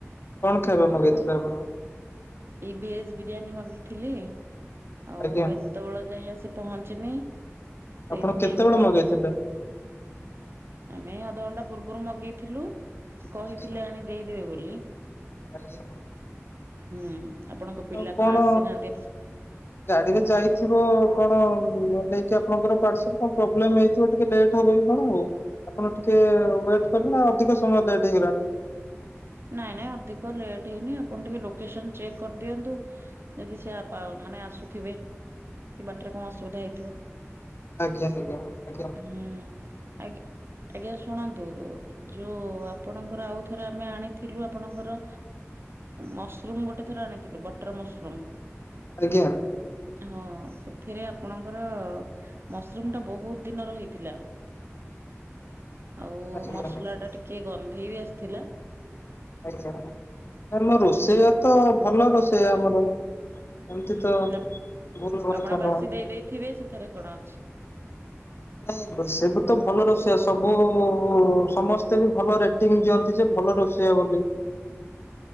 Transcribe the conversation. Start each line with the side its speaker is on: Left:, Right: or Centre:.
Left: କଣ ଖାଇବା ମଗେଇଥିଲେ ଆପଣ?
Right: ଏଇ ଭେଜ ବିରିୟାନୀ ମଗେଇଥିଲି ଆଉ
Left: ଆଜ୍ଞା
Right: ଏତେବେଳ ଯାଏଁ ଆସି ପହଞ୍ଚିନି ସେଇଥିପାଇଁ
Left: ଆପଣ କେତେବେଳେ
Right: ଫଲ୍
Left: ମଗେଇଥିଲେ?
Right: କରିଥିଲି ଆମେ ଏ ଅ ଧ ଘଣ୍ଟା ପୂର୍ବରୁ ମଗେଇଥିଲୁ। ସେ କହିଥିଲେ
Left: ଆଜ୍ଞା
Right: ଆଣି ଦେଇଦେବେ ବୋଲି।
Left: ଆଜ୍ଞା
Right: ହୁଁ। ଆପଣଙ୍କ ପିଲା
Left: ଆଉ କଣ
Right: ଆସିନାହାନ୍ତି?
Left: ଗାଡିରେ ଯାଇଥିବ କଣ। ହୁଁ ନ ନେଇକି ଆପଣଙ୍କର ପାର୍ସଲ କଣ ପ୍ରୋବ୍ଲେମ ହେଇଥିବ ଟିକେ ଲେଟ୍ ହବ କି କଣ ଆଉ। ଆପଣ ଟିକେ ୱେଟ କଲେ ଅଧିକ ସମୟ ଲେଟ୍ ହେଇଗଲାଣି।
Right: ନାଇଁ ନାଇଁ ଅଧିକ ଲେଟ୍ ହେଇନି ଆପଣ ଟିକେ ଲୋକେସନ୍ ଚେକ୍ କରିଦିଅନ୍ତୁ ଯଦି ସେ ଆ ପାଓ ମାନେ ଆସୁଥିବେ କି ବାଟରେ କଣ ଅସୁବିଧା ହେଇଥିବ।
Left: ଜ୍ଞା ଆଜ୍ଞା ଆ
Right: ହୁଁ ଆଗି ଆଜ୍ଞା ଶୁଣନ୍ତୁ ଯୋଉ ଆପଣଙ୍କର ଆଉ ଥ ଆମେ ଆଣିଥିଲୁ ଆପଣଙ୍କର ମସରୁମ୍ ଗୋଟେ ଥର ଆଣିଥିଲୁ ବଟର ମସରୁମ୍।
Left: ଆଜ୍ଞା।
Right: ହଁ ସେଥିରେ ଆପଣଙ୍କର ମସରୁମ୍ ଟା ବୋହୁତ୍ ଦିନର ହେଇଥିଲା। ଆଉ
Left: ଆଜ୍ଞା
Right: ମସଲାଟା ଟିକେ ଗନ୍ଧେଇ ବି ଆସିଥିଲା।
Left: ଆଛା ଆମ ରୋଷେଇଆ
Right: ହୁଁ
Left: ତ ଭଲ ରୋଷେଇଆ ଆମର। ଏମିତି
Right: ହୁଁ
Left: ତ
Right: ଆପ୍
Left: ଭୁଲ କଥା
Right: ଆପଣ
Left: ନୁହଁ।
Right: ବାସି ଦେଇ ଦେଇଥିବେ ସେଥିରେ କଣ ଅଛି।
Left: ନାଇଁ ସେବେ ତ ଭଲ ରଷେଇଆ ସବୁ ସମସ୍ତେ ବି ଭଲ ରେଟିଙ୍ଗ ଦିଅନ୍ତି ଯେ ଭଲ ରୋଷେଇଆ ବୋଲି।
Right: <inaudible>